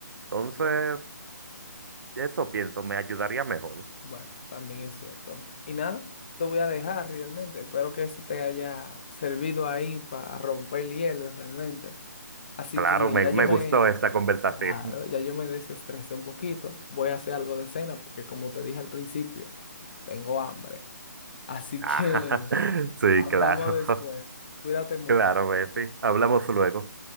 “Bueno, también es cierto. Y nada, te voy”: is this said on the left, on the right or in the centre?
Left